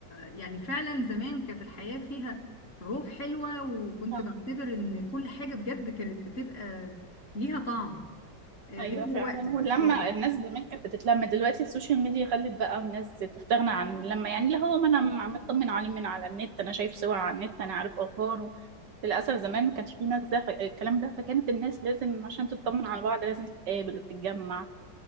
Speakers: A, on the left (about 40°); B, on the right (about 65°).
A: يعني فعلا زمان كانت الحياة فيها روح حلوة وكنت
B: لا
A: بعتبر ان كل حاجة بجد كانت بتبقى ليها طعم آه، غير
B: ايوه فعلا
A: دلوقتي
B: ولما
A: خالص.
B: الناس زمان كانت بتتلم دلوقتي السوشيال ميديا خلت بقى الناس تستغنى عن اللمه يعني اللي هو ما انا م- مطمن عليه من على النت انا شايف صور على النت انا عارف اخباره للاسف زمان ما كانش في ناس ده ف... الكلام ده فكانت الناس لازم عشان تطمن على بعض لازم تتقابل وتتجمع